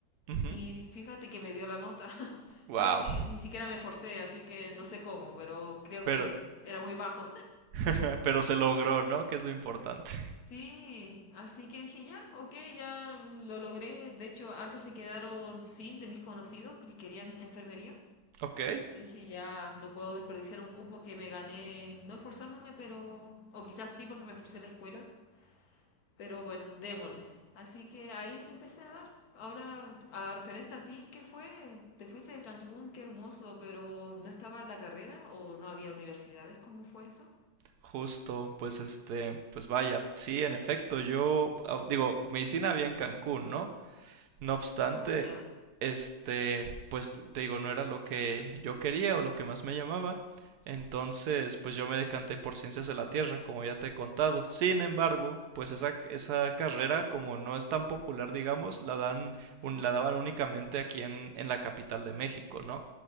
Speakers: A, on the right; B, on the left.
A: Ujú.
B: Y fíjate que me dio la nota. <laughs>
A: Wow.
B: Yo así ni siquiera me esforcé, así que no sé cómo, pero creo
A: Pero,
B: que era muy bajo.
A: <laughs> pero se logró, ¿no? Que es lo importante.
B: Sí, así que dije ya, ok, ya lo logré. De hecho, hartos se quedaron sin de mis conocidos porque querían enfermería.
A: Ok.
B: Y dije ya, no puedo desperdiciar un cupo que me gané, no esforzándome, pero, o quizás sí porque me esforcé en la escuela, pero bueno, démosle. Así que ahí le empecé a dar. Ahora, a referente a ti, ¿qué fue? Te fuiste de Cancún, qué hermoso, pero ¿no estaba la carrera o no había universidades? ¿Cómo fue eso?
A: Justo, pues este, pues vaya, sí, en efecto, yo ah, digo, medicina había en Cancún, ¿no? No obstante,
B: Oh, ya.
A: este, pues te digo, no era lo que yo quería o lo que más me llamaba. Entonces, pues yo me decanté por ciencias de la Tierra, como ya te he contado. Sin embargo, pues esa, esa carrera, como no es tan popular, digamos, la dan,
B: Claro.
A: un- la daban únicamente aquí en, en la capital de México, ¿no?